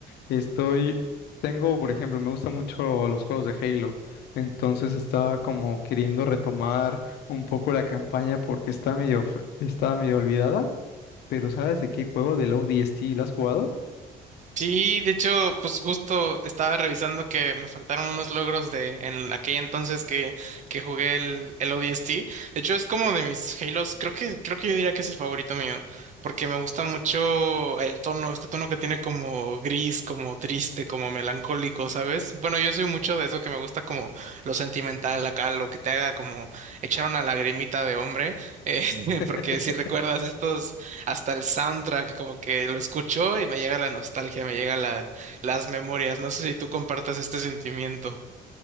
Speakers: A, on the left (about 75°); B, on the right (about 45°).
A: Estoy, tengo, por ejemplo, me gustan mucho los juegos de Halo. Entonces estaba como queriendo retomar un poco la campaña porque está medio, fr- está medio olvidada. Pero ¿sabes de qué juego del ODST la has jugado?
B: Sí, de hecho, pues justo estaba revisando que me faltaron unos logros de en aquel entonces que, que jugué el, el ODST. De hecho, es como de mis Halos, creo que, creo que yo diría que es el favorito mío, porque me gusta mucho el tono, este tono que tiene como gris, como triste, como melancólico, ¿sabes? Bueno, yo soy mucho de eso que me gusta como lo sentimental acá, lo que te haga como echar una lagrimita de hombre, eh, <laughs>
A: <laughs>
B: porque si recuerdas estos hasta el soundtrack, como que lo escucho y me llega la nostalgia, me llega la, las memorias. No sé si tú compartas este sentimiento.